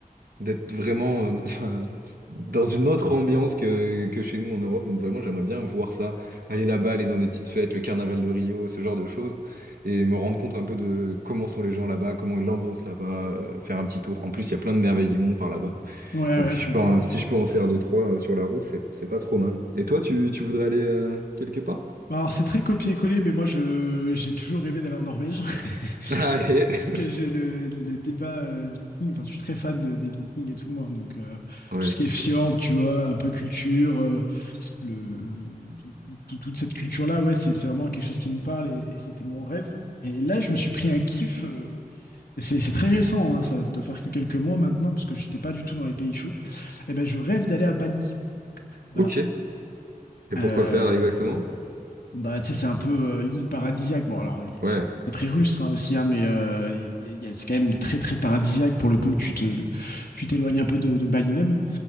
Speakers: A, on the right (about 75°); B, on the left (about 85°).
A: d'être vraiment euh, <laughs> dans une autre ambiance que, que chez nous en Europe. Donc vraiment, j'aimerais bien voir ça, aller là-bas, aller dans des petites fêtes, le carnaval de Rio, ce genre de choses, et me rendre compte un peu de comment sont les gens là-bas, comment est l'ambiance là-bas, euh, faire un petit tour. En plus, il y a plein de merveilles du monde par là-bas.
B: Ouais,
A: Donc
B: ouais,
A: si
B: je
A: je
B: comprends.
A: peux, en- si je peux en faire deux, trois euh, sur la route, c'est c'est pas trop mal. Et toi, tu, tu voudrais aller euh, quelque part?
B: Bah, alors c'est très copier-coller, mais moi je j'ai toujours rêvé d'aller en Norvège. <laughs>
A: <laughs> Allez.
B: Parce que j'ai le le débat, heu, viking, enfin je suis très fan de des Vikings et tout moi, donc heu,
A: Ouais.
B: tout ce qui est fjord, tu vois, un peu culture, euh, le, tout- tout- tout- toute cette culture-là, ouais, c'est c'est vraiment quelque chose qui me parle et, et c'était mon rêve. Et là, je me suis pris un kiff. euh, c'est c'est très récent, hein, ça, ça doit faire que quelques mois maintenant, parce que je n'étais pas du tout dans les pays chauds. Et ben, je rêve d'aller à Bali. Voilà.
A: Ok. Et
B: Euh,
A: pourquoi faire exactement?
B: bah, tu sais, c'est un peu euh, l'île paradisiaque. Bon, alors, il y a-
A: Ouais.
B: il y a- c'est très rustre hein, aussi, hein, mais euh, il y a- il y a- c'est quand même très, très paradisiaque pour le peu que tu te, tu t'éloignes un peu de, de Bali même.